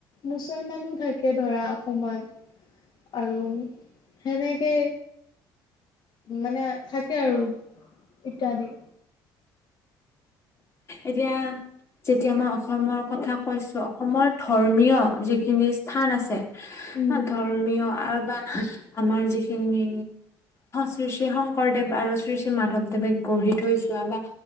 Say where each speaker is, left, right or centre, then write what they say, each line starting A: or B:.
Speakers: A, on the left; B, on the left.
A: মুছলমানো থাকে ধৰা অসমত আৰু সেনেকে। মানে থাকে আৰু ইত্যাদি।
B: এতিয়া যেতিয়া মই অসমৰ কথা কৈছো অসমৰ ধৰ্মীয় যিখিনি স্থান আছে।
A: উম
B: ধৰ্মীয় আবা আমাৰ যিখিনি। শ্ৰী শ্ৰী শংকৰদেৱ আৰু শ্ৰী শ্ৰী মাধৱদেৱে গঢ়ি থৈ যোৱা বা